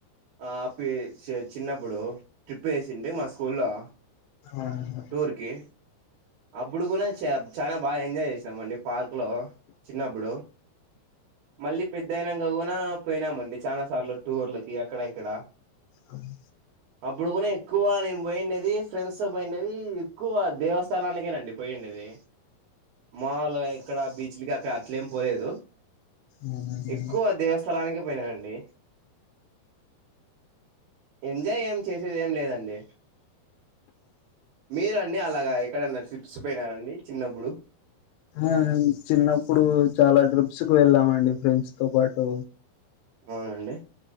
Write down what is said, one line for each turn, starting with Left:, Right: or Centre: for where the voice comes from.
Right: ఆ పి చెచ్ చిన్నప్పుడు ట్రిప్ ఏసింది మా స్కూల్ లో
Left: ఆహ్
Right: టూర్ కి అప్పుడు కూడా చ చాలా బాగా ఎంజాయ్ చేసినాం అండి పార్క్ లో చిన్నప్పుడు మళ్ళీ పెద్ ద్దైయనంగా కూడా పోయినామండి చాలా సార్లు టూర్లకి అక్కడ ఇక్కడ
Left: అవు
Right: అప్పుడు కూడా ఎక్కువ నేను పోయిన్నది ఫ్రెండ్స్ తో పోయిన్నది ఎక్కువ దేవస్ స్థలానికేనండి పోయిండేది మావుల్ గా ఇక్కడ బీచ్లకి అక్కడ అట్లేం పోలేదు
Left: అవునండి
Right: ఎక్కువ దేవస్థలానికే పోయినానండి ఎంజాయ్ ఏం చేసేది ఏం లేదండి ల్లిరండి అలాగ ఎక్కడన్నా ట్రిప్స్ పోయినారండి చిన్నప్పుడు
Left: ఆ చిన్నప్పుడు చాలా ట్రిప్స్ కు వెళ్ళామండి ఫ్రెండ్స్ తో పాటు
Right: అవును అండి